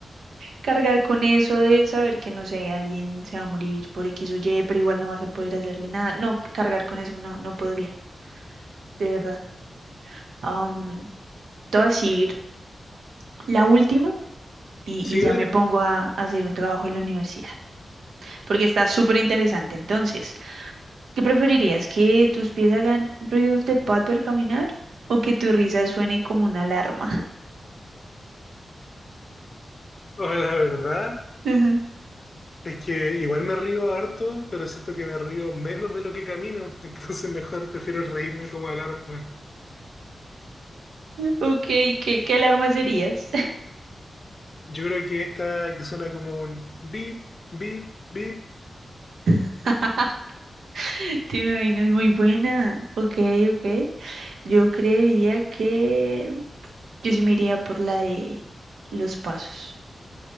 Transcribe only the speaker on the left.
Sí,
dale.
O la verdad
es que igual me río harto, pero siento que me río menos de lo que camino, <laughs> entonces mejor prefiero reírme como alarma.
Yo creo que esta que suena como un bip, bip, bip,